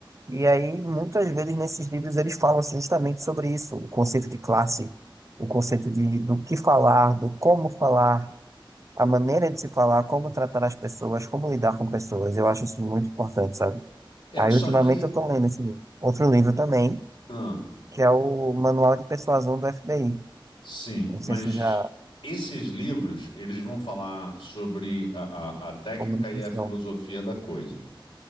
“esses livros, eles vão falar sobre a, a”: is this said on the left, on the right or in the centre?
Left